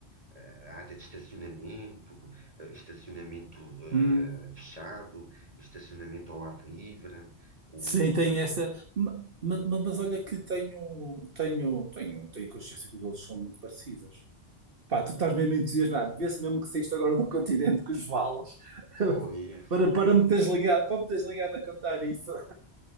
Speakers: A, on the right (about 30°); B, on the right (about 55°).
A: eh, A área de estacionamento, eh, estacionamento eh,
B: hum.
A: fechado, estacionamento ao ar livre. O,
B: Sim, tem essa.
A: eh,
B: ma- ma- ma- Mas, olha que tenho, tenho, tenho, tenho consciência que os outros são muito parecidos. Pá, tu estás mesmo entusiasmado. Vê-se mesmo que saíste agora do continente com os valos <laughs>
A: foi,
B: para,
A: foi.
B: para me teres ligado, para me teres ligado a contar isso.